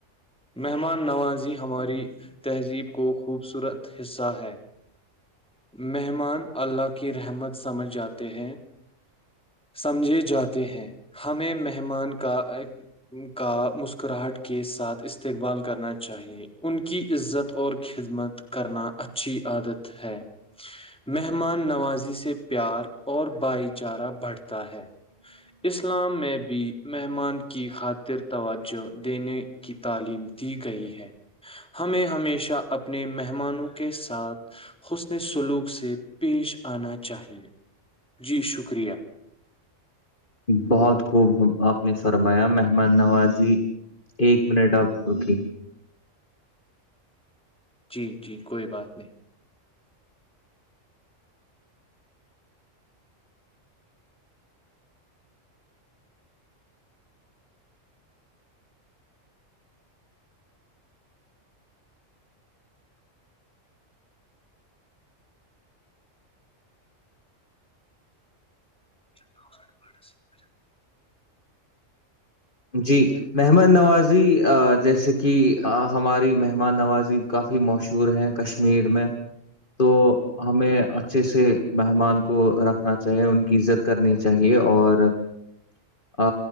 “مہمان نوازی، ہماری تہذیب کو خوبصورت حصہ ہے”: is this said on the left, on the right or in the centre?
Centre